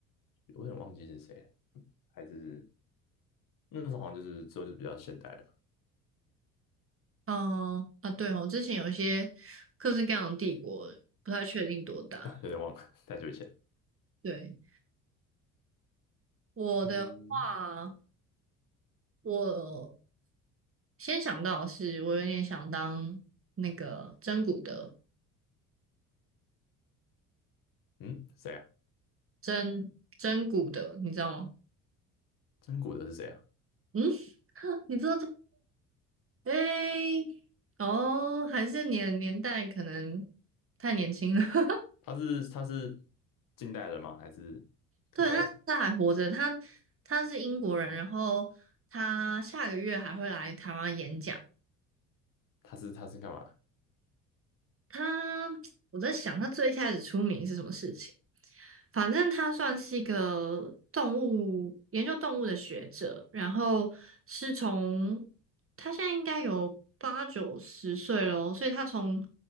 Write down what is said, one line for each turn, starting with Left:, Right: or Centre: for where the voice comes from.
Left: 有点忘记是谁了还是那时候好像就是之后就比较现代了
Right: 嗯、啊，对哦，之前有一些各式各样的帝国，不太确定多大。
Left: 吧 <laughs> 对，有点忘了，<laughs> 太久以前
Right: 对，我的话，
Left: 嗯
Right: 我先想到的是我有点想当那个真古的
Left: 嗯，谁啊？
Right: 真真古的，你知道吗？
Left: 真古德是谁啊？
Right: 嗯，<laughs> 你知道这？诶，哦，还是年年代可能太年轻了。<laughs>
Left: 他是他是近代人吗？还是
Right: 对，
Left: 古代人？
Right: 他他还活着，他他是英国人，然后他下个月还会来台湾演讲。
Left: 他是他是干嘛的？
Right: 他，我在想他最开始出名是什么事情？反正他算是一个动物研究动物的学者，然后是从他现在应该有八九十岁了哦所以他从